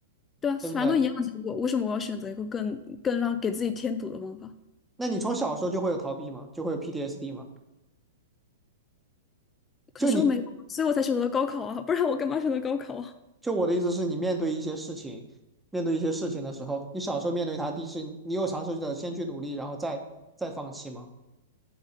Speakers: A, on the left; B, in the centre.
A: 对啊，反正都一样的结果，
B: 对不对？
A: 为什么我要选择一个更更让给自己添堵的方法？
B: 那你从小时候就会有逃避吗？就会有 PTSD 吗？
A: 可是我没有，
B: 就你
A: 所以我才选择了高考啊，不然我干嘛选择高考啊？
B: 就我的意思是你面对一些事情，面对一些事情的时候，你小时候面对它，第一是你有尝试着先去努力，然后再再放弃吗？